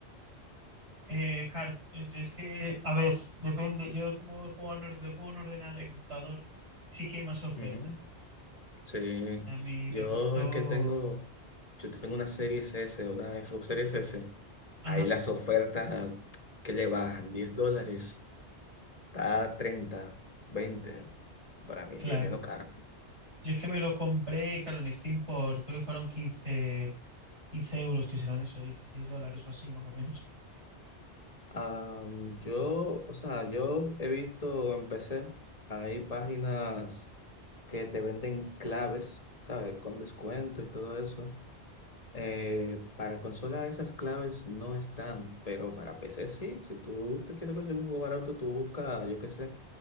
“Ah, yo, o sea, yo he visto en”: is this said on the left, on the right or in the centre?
Left